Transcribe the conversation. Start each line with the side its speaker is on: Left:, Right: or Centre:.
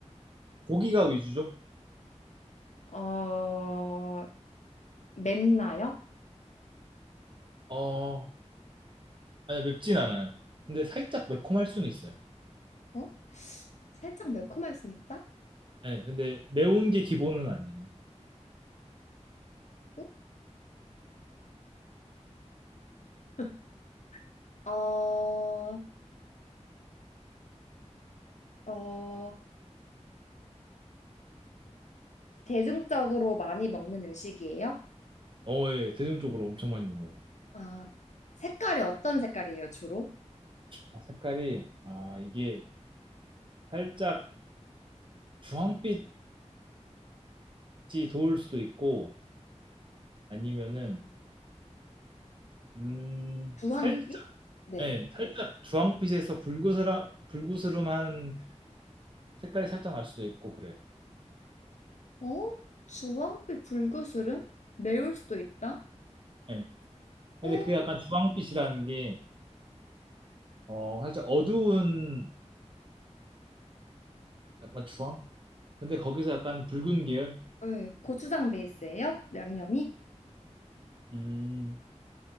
Right: 고기가 위주죠?
Left: 어 맵나요?
Right: 어, 아니 맵진 않아요. 근데 살짝 매콤할 수는 있어요.
Left: 어? 살짝 매콤할 수 있다?
Right: 네, 근데 매운 게 기본은 아니에요.
Left: 어? <laughs> 어, 어, 대중적으로 많이 먹는 음식이에요?
Right: 어, 예, 대중적으로 엄청 많이 먹어요.
Left: 아, 색깔이 어떤 색깔이에요, 주로?
Right: 아, 색깔이 아 이게 살짝 주황빛이 도울 수도 있고 아니면은 음
Left: 주황빛?
Right: 살짝
Left: 네.
Right: 네, 살짝 주황빛에서 불그스라, 불그스름한 색깔이 살짝 날 수도 있고 그래요.
Left: 어? 주황빛 불그술은 매울 수도 있다?
Right: 네. 근데
Left: 어?
Right: 그 약간 주황빛이라는 게 어, 살짝 어두운 약간 주황? 근데 거기서 약간 붉은 계열?
Left: 네. 고추장 베이스예요? 양념이?
Right: 음,